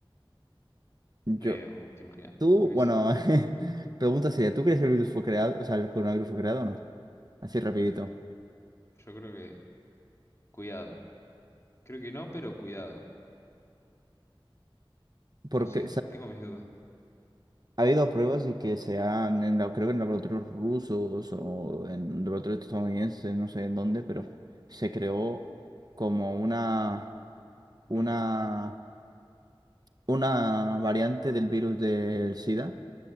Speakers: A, on the right; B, on the left.
A: Yo,
B: Eh, o- ¿te imaginas?
A: tú,
B: ¿Qué hubiese-
A: bueno, <laughs> pregunta sería, ¿tú crees que el virus fue creado? O sea, el coronavirus fue creado o no? Así rapidito.
B: Mm, Yo creo que... Cuidado. Creo que no, pero cuidado. No
A: Porque,
B: sé, tengo mis dudas.
A: Ha habido pruebas de que se han, en la- creo que en laboratorios rusos o en laboratorios estadounidenses, no sé en dónde, pero se creó como una,
B: ¿Una
A: una,
B: qué?
A: una variante del virus del SIDA,